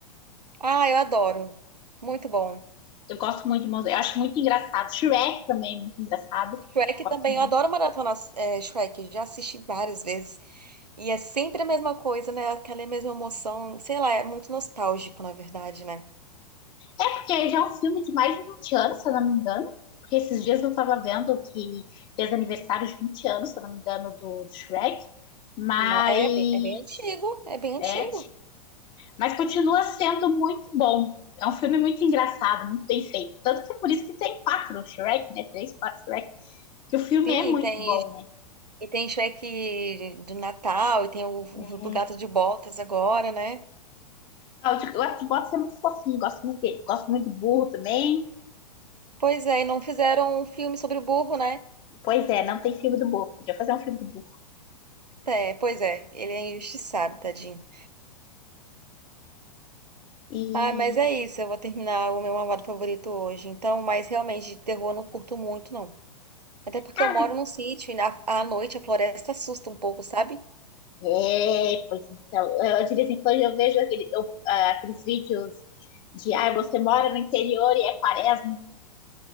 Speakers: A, on the right; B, on the left.
A: Ah, eu adoro. Muito bom.
B: Eu gosto muito de Monstros. Eu acho muito engraçado. Shrek também é muito engraçado.
A: Shrek
B: Gosto
A: também,
B: muito.
A: eu adoro maratona é, Shrek, já assisti várias vezes. E é sempre a mesma coisa, né? Aquela mesma emoção, sei lá, é muito nostálgico, na verdade, né?
B: É porque já é um filme de mais de 20 anos, se eu não me engano. Porque esses dias eu tava vendo que fez aniversário de 20 anos, se eu não me engano, do, do Shrek. Mas
A: No- É, bem- é bem antigo, é bem antigo.
B: É, mas continua sendo muito bom. É um filme muito engraçado, muito bem feito. Tanto que é por isso que tem quatro Shrek, né? Três, quatro Shrek. Porque o filme
A: Sim,
B: é muito
A: e tem,
B: bom, né?
A: e tem Shrek do Natal, e tem o, o
B: É.
A: do Gato de Botas agora, né?
B: Ah, o de Box é muito fofinho, gosto muito dele. Gosto muito do burro também.
A: Pois é, e não fizeram um filme sobre o burro, né?
B: Pois é, não tem filme do burro. Podia fazer um filme do burro.
A: É, pois é, ele é injustiçado, tadinho.
B: E.
A: Ah, mas é isso. Eu vou terminar o meu malvado favorito hoje. Então, mas realmente de terror eu não curto muito, não. Até porque
B: Ah,
A: eu moro
B: mas...
A: num sítio e na, à noite a floresta assusta um pouco, sabe?
B: É, pois então. Eu, de vez em quando eu vejo aquele, eu, ah, aqueles vídeos de. Ah, você mora no interior e é quaresma.